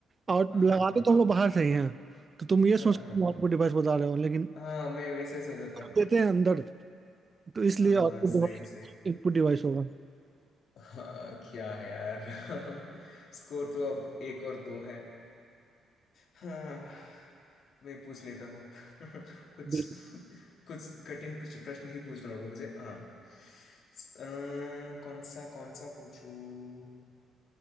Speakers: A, on the right; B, on the left.
A: आउट
B: हाँ
A: लगाते
B: हाँ हाँ
A: तो हम लोग बाहर से ही हैं तो तुम ये सोच
B: हाँ हाँ
A: के आउटपुट डिवाइस बता रहे हो लेकिन
B: हाँ मैं वैसे सोचा था
A: देते हैं अंदर तो इसलिए
B: हाँ
A: आउटपुट
B: हाँ सही
A: डिवाइस
B: सही
A: इनपुट डिवाइस होगा
B: हाँ, क्या है यार <laughs> स्कोर तो अब एक और दो है हाँ मैं पूछ लेता हूँ अब <laughs> कुछ
A: बिल्कुल
B: कुछ कठिन कुछ प्रश्न ही पूछना होगा मुझे हाँ स- अ, कौन सा कौन सा पूछूं